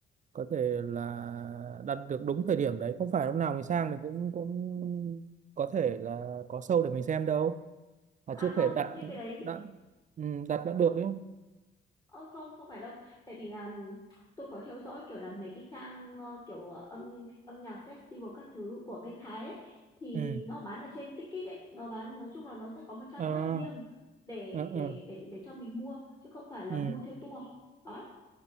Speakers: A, on the right (about 40°); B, on the left (about 20°).
A: có thể là đặt được đúng thời điểm đấy không phải lúc nào mình sang mình cũng cũng có thể là có show để mình xem đâu mà
B: À
A: chưa
B: không,
A: thể đặt
B: như cái đấy
A: đặt ừ, đặt đã
B: ơi
A: được ấy
B: Ờ, không không phải đâu tại vì là tôi có theo dõi kiểu là mấy cái trang ờ, kiểu ờ, âm âm nhạc festival các thứ của bên Thái ấy thì
A: ừ
B: nó bán ở trên Ticket ấy nó bán nói chung là nó sẽ có một trang
A: à,
B: web riêng để
A: à,
B: để để để cho mình mua chứ không phải là
A: Ừ.
B: mua theo tour đó